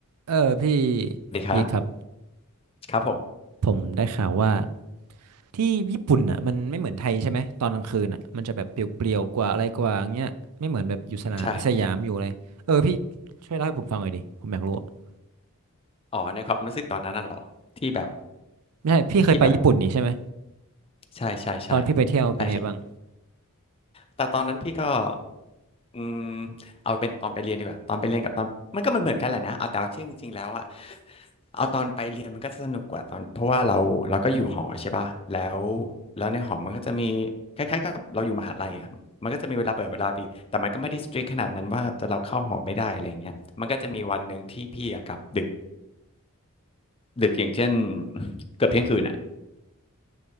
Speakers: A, on the right; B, on the left.
A: เออพี่
B: ดีครับ
A: พี่ครับ
B: ครับผม
A: ผมได้ข่าวว่าที่ญี่ปุ่นอ่ะมันไม่เหมือนไทยใช่ไหมตอนกลางคืนอ่ะมันจะแบบเปลี่ยวๆกว่าอะไรกว่าอย่างเงี้ยไม่เหมือนแบบอยู่สนาสยามอยู่เลยเออพี่
B: ใช่
A: ช่วยเล่าให้ผมฟังหน่อยดิผมอยากรู้อะ
B: อ๋อในความรู้สึกตอนนั้นน่ะเหรอที่แบบ
A: ไม่ใช่พี่เคยไปญี่ปุ่นนี่ใช่ไหม
B: ที่แบบใช่ใช่ใช่
A: ตอนพี่ไปเที่ยวเป็นไงบ้าง
B: ได้สิแต่ตอนนั้นพี่ก็อืมเอาเป็นตอนไปเรียนดีกว่าตอนไปเรียนกับตอนมันก็เหมือนเหมือนกันแหละนะเอาแต่ว่าจริงจริงๆแล้วอะเอาตอนไปเรียนมันก็จะสนุกกว่าตอนเพราะว่าเราเราก็อยู่หอใช่ป่ะแล้วแล้วในหอมันก็จะมีคล้ายๆกับเราอยู่มหาลัยอะมันก็จะมีเวลาเปิดเวลาปิดแต่มันก็ไม่ได้สตริกขนาดนั้นว่าจะเราเข้าหอไม่ได้อะไรอย่างเงี้ยมันก็จะมีวันหนึ่งที่พี่อะกลับดึก ดึกอย่างเช่น <coughs> เกือบเที่ยงคืนอ่ะ